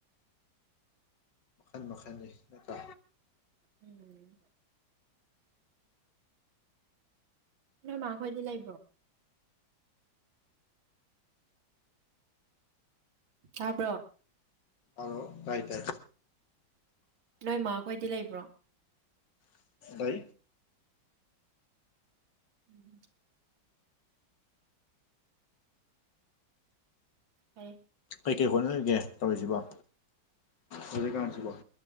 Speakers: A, on the left; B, on the right.
A: ꯃꯈ ꯃꯈꯅꯤ ꯅꯠꯇ
B: ꯎꯝ ꯅ ꯃꯥꯥꯛ ꯈꯣꯏꯗꯤ ꯂꯥꯛꯕ ꯆꯥꯕ꯭ꯔꯣ
A: ꯑꯗꯣ ꯔꯥꯏꯇꯥꯏ
B: ꯅꯣꯏꯃ ꯑꯩꯈꯣꯏꯗꯤ ꯂꯩꯕ꯭ꯔꯣ
A: ꯏ
B: ꯎꯝ ꯍ
A: ꯀꯩꯀꯩ ꯍꯣꯠꯅꯔꯤꯒꯦ ꯇꯧꯔꯤꯁꯤꯕꯣ ꯍꯧꯖꯤꯛꯀꯥꯟꯁꯤꯕꯣ